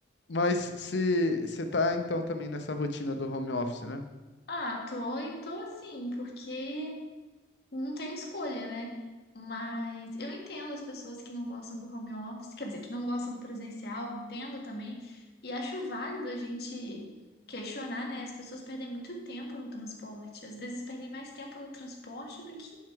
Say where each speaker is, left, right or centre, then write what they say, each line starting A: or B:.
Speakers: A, on the left (about 75°); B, on the left (about 60°).
A: Mas se você tá, então, também nessa rotina do home office, né?
B: Ah, tô e tô assim, porque Não tem escolha, né? Mas eu entendo as pessoas que não gostam do home office, quer dizer, que não gostam do presencial, entendo também. E acho válido a gente questionar, né? As pessoas perdem muito tempo no transporte. Às vezes perdem mais tempo no transporte do que